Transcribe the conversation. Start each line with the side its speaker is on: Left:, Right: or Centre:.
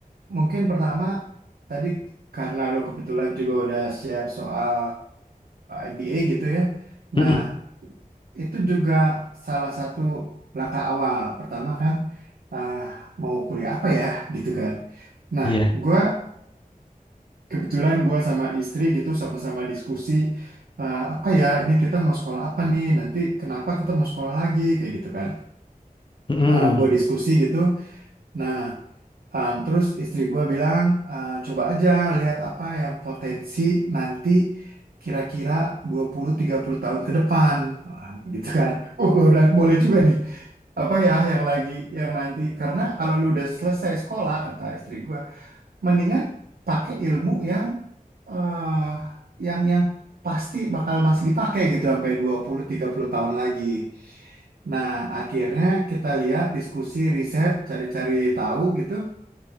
Right: mungkin pertama tadi karena lo kebetulan juga udah share soal MBA gitu ya.
Left: Mm-mm.
Right: Nah, itu juga salah satu langkah awal. Pertama kan ah, mau kuliah apa ya gitu kan. Nah,
Left: Iya.
Right: gua kebetulan gua sama istri gitu sama-sama diskusi ah, apa ya ini kita mau sekolah apa nih nanti kenapa kita mau sekolah lagi kayak gitu kan.
Left: Mm-mm.
Right: Ah, gua diskusi gitu. Nah, Um, terus istri gue bilang, "Ah, coba aja lihat apa yang potensi nanti kira-kira dua puluh tiga puluh tahun ke depan. Wah, gitu kan. <laughs> Oh, gue bilang, boleh juga nih. Apa ya yang lagi, yang nanti. Karena kalau lu udah selesai sekolah, kata istri gue, mendingan pakai ilmu yang, eh yang, yang pasti bakal masih dipakai gitu sampai dua puluh tiga puluh tahun lagi. Nah, akhirnya kita lihat diskusi, riset, cari-cari tahu gitu.